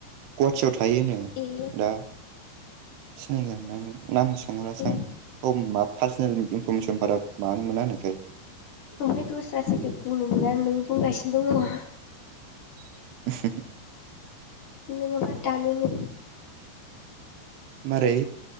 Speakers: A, on the right (about 75°); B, on the left (about 55°).
A: गुवहााटियाव थायो
B: ए
A: दा सिनायगोन नों नाम सोंहरासै
B: ए
A: आं पार्सनेल इनफरमेसन बारा मानो मोना होनोथाय
B: ओमफ्राय दस्रासोदोब बुंनो मोना नों बुंगासिनो दंङ
A: <inaudible>
B: नंङाबा दानोनो
A: मारै